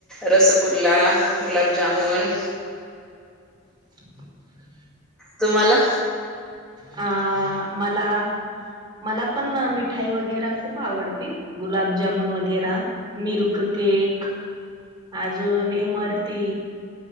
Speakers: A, in the centre; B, on the right.
A: रसगुल्ला गुलाबजामुन
B: आवाज नाही येत <inaudible>
A: तुम्हाला?
B: अ मला मला पण मिठाई वगैरा खूप आवडती गुलाबजामून वगैरा मिल्क केक अजून इमारती